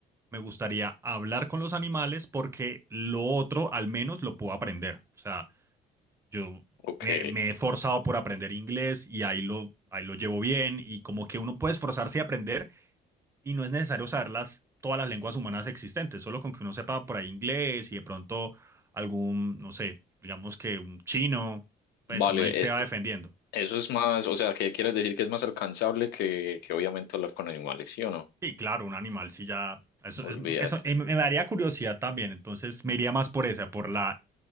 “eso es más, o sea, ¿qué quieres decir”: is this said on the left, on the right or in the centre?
Left